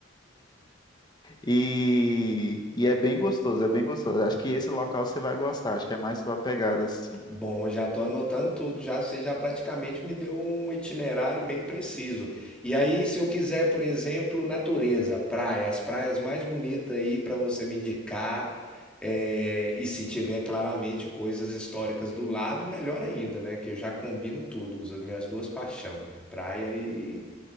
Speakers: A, on the left; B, in the centre.
A: e, e é bem gostoso, é bem gostoso. Acho que esse local você vai gostar, acho que é mais sua pegada, assim.
B: Bom, já estou anotando tudo, já você já praticamente me deu um itinerário bem preciso. E aí, se eu quiser, por exemplo, natureza, praia, as praias mais bonitas aí para você me indicar, é, e se tiver claramente coisas históricas do lado, melhor ainda, né? Que eu já combino tudo, uso as minhas duas paixões, né? Praia e